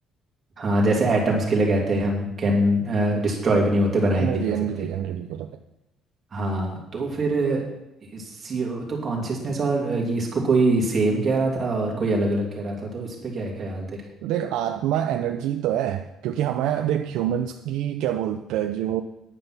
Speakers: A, on the right (about 25°); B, on the right (about 75°).
A: हाँ जैसे एटम्स के लिए कहते हैं हम कैन डिस्ट्रॉय भी नहीं होते बनाए
B: एनर्जी
A: भी नहीं जा
B: एनर्जी
A: सकते
B: एनर्जी को बताए
A: हाँ तो फिर इसी तो कॉन्शियसनेस और अ, ये इसको कोई सेम कह रहा था और कोई अलग अलग कह रहा था तो इस पे क्या है ख्याल तेरे
B: तो देख आत्मा एनर्जी तो है क्योंकि हमें देख ह्यूमंस की क्या बोलते हैं जो